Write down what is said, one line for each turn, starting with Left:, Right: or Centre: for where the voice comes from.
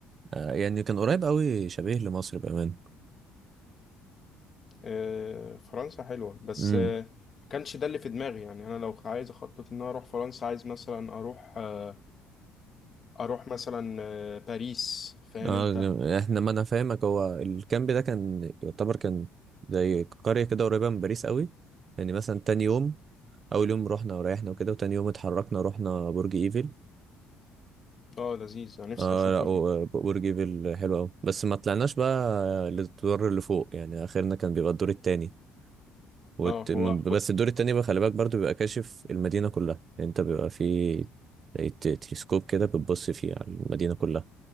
Right: آه يعني كان قريب قوي شبيه لمصر بأمان
Left: آه، فرنسا حلوة بس
Right: امم
Left: آه، ما كانش ده اللي في دماغي يعني أنا لو عايز أخطط إن أنا أروح فرنسا عايز مثلا أروح آه، أروح مثلا آه، باريس فاهم
Right: اه
Left: أنت؟
Right: جم- احنا ما انا فاهمك هو الكامب ده كان يعتبر كان زي قرية كده قريبة من باريس قوي يعني مثلا تاني يوم اول يوم رحنا وريحنا وكده وتاني يوم اتحركنا رحنا برج ايفل
Left: أه لذيذ أنا نفسي
Right: اه
Left: أشوف
Right: لا
Left: برج
Right: و- برج ايفل حلو قوي بس ما طلعناش بقى للدور اللي فوق يعني اخرنا كان بيبقى الدور التاني وت...
Left: أه هو
Right: بس الدور التاني بقى خلي بالك برضو بيبقى كاشف المدينة كلها يعني انت بيبقى في زي ت- تلسكوب كده بتبص فيه على المدينة كلها